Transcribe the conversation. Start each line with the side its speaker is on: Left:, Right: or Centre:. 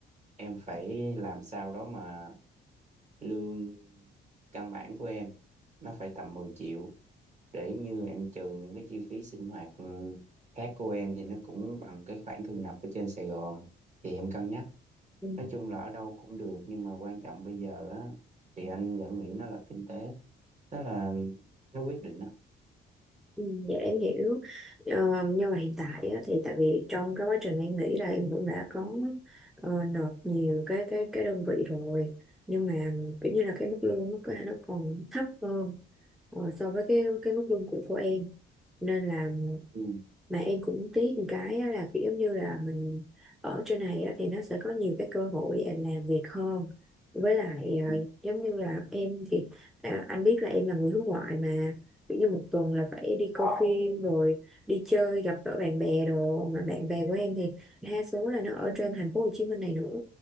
Right: em phải làm sao đó mà lương căn bản của em nó phải tầm 10 triệu để như em trừ những cái chi phí sinh hoạt ừ, khác của em thì nó cũng bằng cái khoản thu nhập ở trên Sài Gòn thì em cân nhắc
Centre: Ừ.
Right: nói chung là ở đâu cũng được nhưng mà quan trọng bây giờ á thì anh vẫn nghĩ nó là kinh tế tức là nó quyết định
Centre: Ừ, Dạ em hiểu Ờ, nhưng mà hiện tại á, thì tại vì trong cái quá trình em nghĩ là em cũng đã có ờ, nộp nhiều cái cái cái đơn vị rồi nhưng mà kiểu như là cái mức lương nó có thể nó còn thấp hơn ờ, so với cái cái mức lương của của em nên là
Right: Ừ.
Centre: mà em cũng tiếc một cái á là kiểu giống như là mình ở trên này á, thì nó sẽ có nhiều cái cơ hội em làm việc hơn với lại à,
Right: Ừ.
Centre: giống như là em thì à, anh biết là em là người nước ngoài mà kiểu như một tuần là phải đi coi phim rồi đi chơi gặp gỡ bạn bè đồ mà bạn bè của em thì đa số là nó ở trên thành phố Hồ Chí Minh này nữa